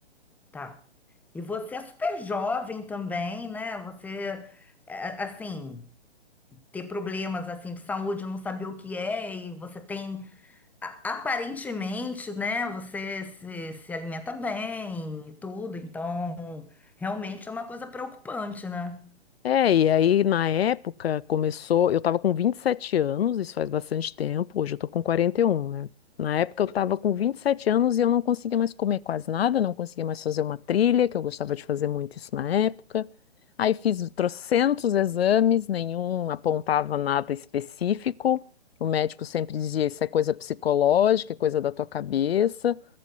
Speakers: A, in the centre; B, on the left.
A: tá. E você é super jovem também, né? Você, é, assim. ter problemas assim de saúde, não saber o que é, e você tem a- aparentemente, né, você se, se alimenta bem e tudo, então realmente é uma coisa preocupante, né?
B: É, e aí na época começou, eu tava com 27 anos, isso faz bastante tempo, hoje eu tô com quarenta e um né? Na época eu tava com vinte e sete anos e eu não conseguia mais comer quase nada, não conseguia mais fazer uma trilha, que eu gostava de fazer muito isso na época. Aí fiz trocentos exames, nenhum apontava nada específico. O médico sempre dizia, isso é coisa psicológica, é coisa da tua cabeça.